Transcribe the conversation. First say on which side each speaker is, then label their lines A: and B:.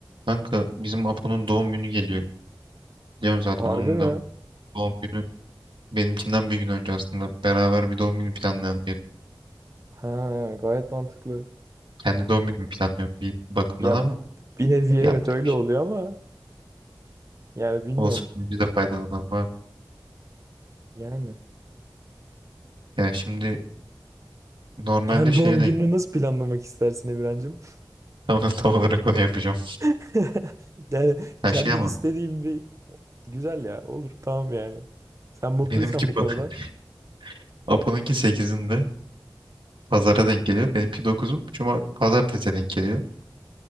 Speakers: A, on the right (about 85°); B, on the right (about 40°).
A: Kanka bizim Apo'nun doğum günü geliyor. Biliyorum zaten
B: Harbi
A: onun
B: mi?
A: da doğum günü benimkinden bir gün önce aslında beraber bir doğum günü planlayalım diye.
B: Ha, gayet mantıklı.
A: Kendi doğum günümü planlıyorum bir bakımdan
B: Ya
A: ama
B: bir nevi evet
A: yapacak
B: öyle
A: bir şey.
B: oluyor ama yani bilmiyorum.
A: Olsun biz de faydalanalım abi.
B: Yani
A: Yani şimdi normalde
B: kendi
A: şeye
B: doğum
A: denk
B: gününü nasıl planlamak istersin Emirhancığım?
A: <laughs> tam, tam olarak onu yapacağım.
B: <laughs> Yani
A: Her
B: kendi
A: şey ama
B: istediğim bir güzel ya olur tamam yani. Sen mutluysan
A: benimki pa-
B: bu konudan.
A: <laughs> Apo'nunki sekizinde pazara denk geliyor. Benimki 9'u cuma pazartesiye denk geliyor.